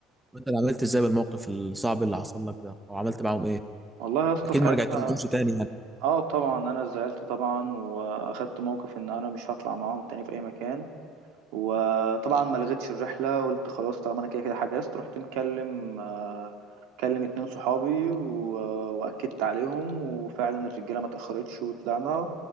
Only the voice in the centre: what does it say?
انت اللي عملت ازاي بالموقف الصعب اللي حصل لك ده او عملت معاهم ايه
اكيد
ما رجعتلهمش تاني يعني